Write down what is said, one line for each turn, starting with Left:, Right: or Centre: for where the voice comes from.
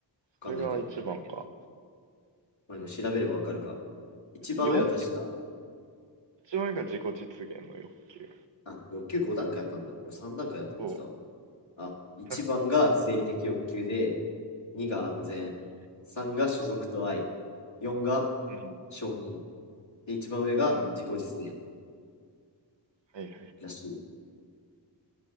Right: それが一番か。
Left: かんないけど。まあ、今調べればわかるか。一番上は確か、
Right: 4、一番目が自己実現の欲求。
Left: あ、欲求5段階あったんだ。これ3段階だと思ってたわ。
Right: そ
Left: あ、1番が生理的欲求で、
Right: う。<laughs> は
Left: 2が安全、
Right: いはい。
Left: 3が所属と愛、4が
Right: うん。
Left: 承認で、一番上が自己実現
Right: うん。はいはい。
Left: だし、